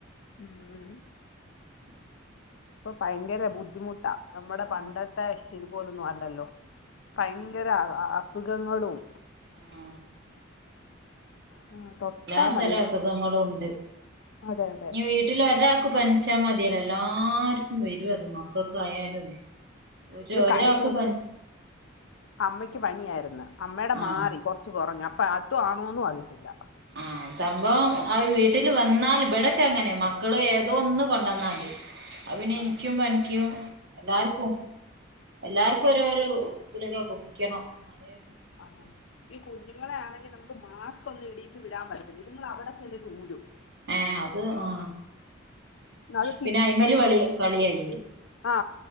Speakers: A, on the left; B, on the right.
A: ഉം
B: ഉം
A: ഇപ്പൊ ഭയങ്കര ബുദ്ധിമുട്ടാ നമ്മുടെ പണ്ടത്തെ
B: ഉം
A: ഇതുപോലൊന്നും അല്ലല്ലോ ഭയങ്കര
B: ആഹ്
A: അ അസുഖങ്ങളും
B: ആഹ്
A: ആഹ് തൊട്ടാ
B: എല്ലാ
A: മതി
B: തരം അസുഖങ്ങളും ഉണ്ട്
A: അതെ അതെ
B: ഞ്ഞി വീ വീട്ടില് രാൾക്ക് പനിച്ചാൽ മതിയല്ലോ എല്ലാർക്കും വരും അത് മാ ക്കൊക്കെ ആയാലും ഒരു
A: ഇത്
B: ഒരാൾക്ക്
A: കഴിഞ്ഞ ദിവസം
B: പനിച്
A: അമ്മയ്ക്ക് പനിയായിരുന്നു അമ്മയുടെ
B: ആഹ്
A: മാറി കൊറച്ചു കുറഞ്ഞ് അ അത് ആണോന്നും അറിയത്തില്ല.
B: ആഹ സംഭവം ആ വീട്ടില് വന്നാല് ബെടക്ക് അങ്ങനെ മക്കള് ഏതോ ഒന്ന് കൊണ്ടന്നാതി
A: <inaudible>
B: അയ് പിന്നെ
A: ആഹ്
B: ഇനിക്കും പനിക്കും എല്ലാർക്കും എല്ലാർക്കും
A: ഈ കു
B: രോരു ഗുളിക കുടിക്കണം. അതെ
A: ആ ഈ കുഞ്ഞുങ്ങളെ ആണെങ്കിൽ നമുക്ക് മാസ്ക് ഒന്നും ഇടിയിച്ച് വിടാൻ പറ്റില്ല ഇതിങ്ങൾ അവിടെ ചന്നിട്ട് ഊരും.
B: ഏ അത് ആ
A: അത്
B: പിന്നെ ഐമല് വളി കളി കളിയായിരും
A: ആ